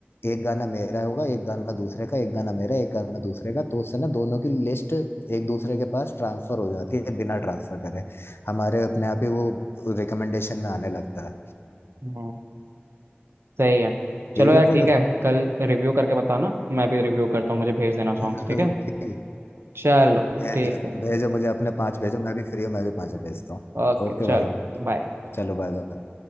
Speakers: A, on the left; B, on the right.
A: एक गाना मेरा होगा एक गाना दूसरे का एक गाना मेरा एक गाना दूसरे का तो उससे ना दोनों की लिस्ट एक दूसरे के पास ट्रांसफर हो जाती है बिना ट्रांसफर करे हमारे अपने आप ही वो रिकमेंडेशन में आने लगता है
B: हम्म, सही है
A: ठीक
B: चलो यार
A: है ब्रदर
B: ठीक है कल रिव्यू करके बताना मैं भी रिव्यू करता हूँ मुझे भेज देना सॉन्ग्स
A: <laughs>
B: ठीक है चलो
A: भेजो
B: ठीक है
A: भेजो मुझे अपने पांच भेजो मैं भी फ्री हूँ मैं भी पांचों भेजता हूँ
B: ओके
A: ओके
B: चलो
A: भाई
B: बाय
A: चलो बाय बाय